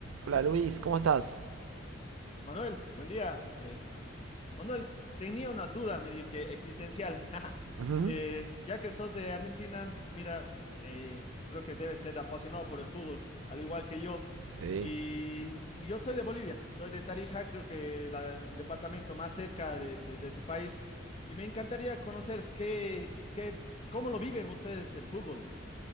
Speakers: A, on the right; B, on the left.
A: Hola Luis, ¿cómo estás?
B: Manuel, buen día. Eh, Manuel, tenía una duda medio que existencial. <laughs>
A: Ujú.
B: Eh, ya que sos de Argentina, mira, eh, creo que debes ser apasionado por el fútbol, al igual que yo.
A: Sí.
B: Y, y yo soy de Bolivia, soy de Tarija, creo que la- el departamento más cerca de, de- de tu país. Y me encantaría conocer qué, qué, cómo lo viven ustedes el fútbol.